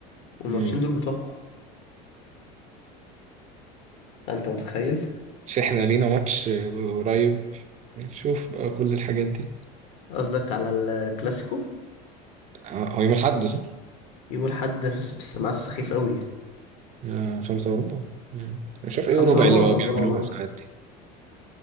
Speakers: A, on the left; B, on the right.
A: والماتشين
B: مم.
A: دول بتوعكم انت متخيل
B: مش احنا لينا ماتش قريب نشوف بقى كل الحاجات دي
A: قصدك على الكلاسيكو
B: آه، هو يوم الاحد صح؟
A: يوم الحد في الس- في السماعات السخيف قوي
B: آه، خمسة وربع مم. أنا شايف
A: خمسة
B: إيه وربع
A: وربع
B: اللي بقوا
A: ولا أربعة
B: بيعملوها
A: وربع
B: ساعات دي